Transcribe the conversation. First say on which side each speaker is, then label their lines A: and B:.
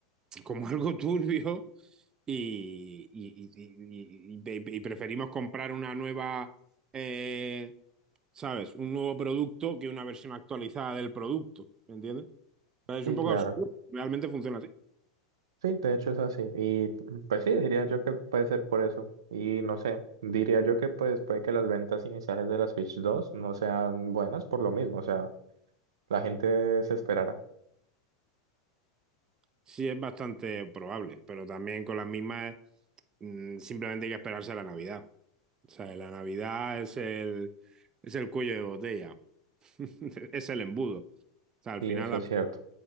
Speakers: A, on the right; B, on the right.
A: como <laughs> algo turbio y, y, y, y y preferimos comprar una nueva, eh, ¿sabes? Un nuevo producto que una versión actualizada del producto, ¿me entiendes? Pero es
B: Sí,
A: un poco
B: claro.
A: absurdo, realmente funciona así.
B: Sí, de hecho es así. Y pues sí, diría yo que puede ser por eso. Y no sé, diría yo que pues puede que las ventas iniciales de la Switch dos no sean buenas por lo mismo. O sea, la gente se esperará.
A: Sí, es bastante probable, pero también con las mismas mm, simplemente hay que esperarse a la Navidad. O sea, la Navidad es el, es el cuello de botella, <laughs> es el embudo. O sea, al
B: Sí,
A: final
B: eso
A: la
B: es cierto.